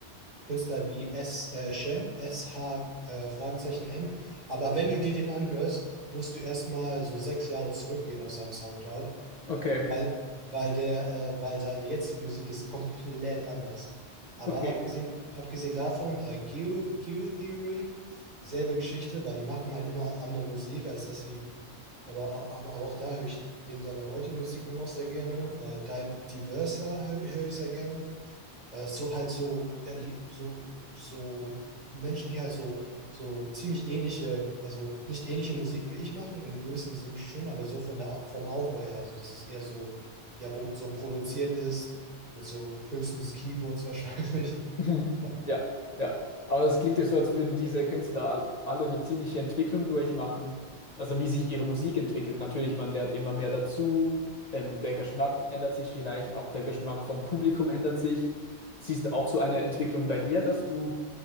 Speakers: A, on the right; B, on the left.
A: Künstler wie S, äh, Shem, SH, äh, Fragezeichen M. Aber wenn du dir den anhörst, musst du erstmal so sechs Jahre zurückgehen auf seinem Soundcloud,
B: Okay,
A: weil, weil der, äh, weil seine jetzige Musik ist komplett anders. Aber
B: okay.
A: abgesehen, abgesehen davon, äh, Geo, Theory selbe Geschichte, weil die machen halt immer andere Musik, als dass sie, aber, aber, aber auch da höre ich dem seine heutige Musik immer noch sehr gerne. Äh, Di- Diversa höre hör ich sehr gerne. Äh, so halt so, ja, die, so, so Menschen, die halt so, so ziemlich ähnliche, also nicht ähnliche Musik wie ich machen, in einem gewissen Sinn schon, aber so von der, Au- vom Aufbau her, also dass es eher so, ja, bo- so produziert ist, mit so höchstens Keyboards wahrscheinlich.
B: <laughs>
A: <laughs> Aber,
B: Ja, ja. Aber es klingt ja so, als würden diese Künstler all- alle eine ziemliche Entwicklung durchmachen. Also wie sich ihre Musik entwickelt. Natürlich, man lernt immer mehr dazu. Ähm, der Geschmack ändert sich vielleicht, auch der Geschmack vom Publikum ändert sich. Siehst du auch so eine Entwicklung bei dir, dass du